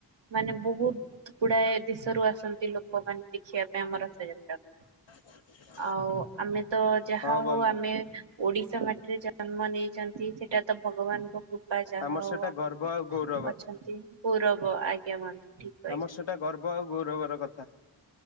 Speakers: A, on the right; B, on the left.
A: ମାନେ ବହୁତ ଗୁଡାଏ ଦେଶରୁ ଆସନ୍ତି ଲୋକମାନେ ଦେଖିବା ପାଇଁ ଆମ ରଥଯାତ୍ରା।
B: <inaudible>
A: ଆଉ ଆମେ ତ ଯାହା
B: ହଁ
A: ହଉ
B: ବନ୍ଧୁ।
A: ଆମେ ଓଡିଶା ମାଟିରେ ଜନ୍ମ ନେଇଛନ୍ତି ସେଟା ତ ଭଗବାନଙ୍କ କୃପା ଯାହା
B: ଆମର
A: ହଉ
B: ସେଟା
A: ଆମେ
B: ଗର୍ବ ଆଉ ଗୌରବ
A: ଅଛନ୍ତି ଗୌରବ ଆଜ୍ଞା ବନ୍ଧୁ। ଠିକ କହିଛ।
B: ଆମର ସେଟା ଗର୍ବ ଆଉ ଗୌରବର କଥା।